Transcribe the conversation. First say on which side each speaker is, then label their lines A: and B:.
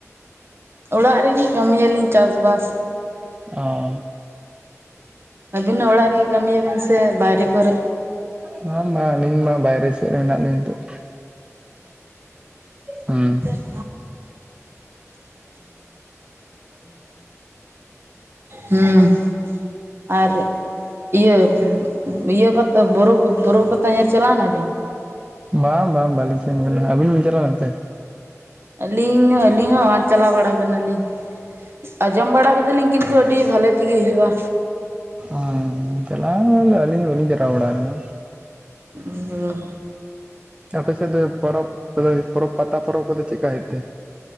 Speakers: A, on the right; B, on the right.
A: ᱚᱲᱟᱜ ᱨᱮᱜᱮ ᱠᱟᱹᱢᱤᱭᱟᱞᱤᱧ ᱪᱟᱥᱵᱟᱥ
B: ᱚᱸᱻ
A: ᱟᱹᱵᱤᱱᱟᱜ ᱚᱲᱟᱜ ᱨᱮᱜᱮ ᱠᱟᱹᱢᱤ ᱭᱟᱵᱤᱱ ᱥᱮ ᱵᱟᱭᱨᱮ ᱠᱚᱨᱮ
B: ᱵᱟᱝ ᱵᱟᱝ ᱟᱸᱞᱤᱧ ᱢᱟ ᱵᱟᱭᱨᱮ <unintelligible> ᱪᱮᱫ ᱨᱮ ᱢᱮᱱᱟᱜ ᱞᱤᱧᱟ ᱱᱤᱛᱚᱜ ᱦᱮᱸ
A: <unintelligible> ᱦᱮᱸ ᱟᱨ ᱤᱭᱟᱹ ᱤᱭᱟᱹ ᱯᱟᱛᱟ ᱵᱩᱨᱩ ᱵᱩᱨᱩ ᱯᱟᱛᱟ ᱧᱮᱞ ᱪᱟᱞᱟᱣᱱᱟ ᱵᱤᱱ
B: ᱵᱟᱝ ᱵᱟᱝ ᱵᱟᱹᱞᱤᱧ ᱥᱮᱱ ᱞᱮᱱᱟ ᱟᱹᱵᱤᱱ ᱵᱤᱱ ᱪᱟᱞᱟᱣ ᱞᱮᱱᱛᱮ
A: ᱟᱹᱞᱤᱧ ᱟᱹᱞᱤᱧ ᱦᱚᱸ ᱵᱟᱝ ᱪᱟᱞᱟᱣ ᱵᱟᱲᱟ ᱠᱟᱱᱟᱞᱤᱧ ᱟᱸᱡᱚᱢ ᱵᱟᱲᱟ ᱠᱮᱫᱟᱞᱤᱧ ᱠᱤᱱᱛᱩ ᱟᱹᱰᱤ ᱵᱷᱟᱞᱮ ᱛᱮᱜᱮ ᱦᱩᱭᱩᱜᱼᱟ
B: ᱦᱸ ᱪᱟᱞᱟᱣ ᱞᱮᱱᱟᱞᱮ ᱟᱞᱤᱧ ᱵᱟᱞᱤᱧ ᱪᱟᱞᱟᱣ ᱵᱟᱲᱟ ᱟᱠᱟᱱᱟ
A: <unintelligible>
B: ᱟᱯᱮ ᱥᱮᱫ ᱫᱚ ᱯᱚᱨᱚᱵᱽ ᱠᱚ ᱯᱚᱨᱚᱵᱽ ᱯᱟᱛᱟ ᱯᱚᱨᱚᱵᱽ ᱠᱚᱫᱚ ᱪᱮᱫᱠᱟ ᱦᱩᱭᱩᱜ ᱛᱮ?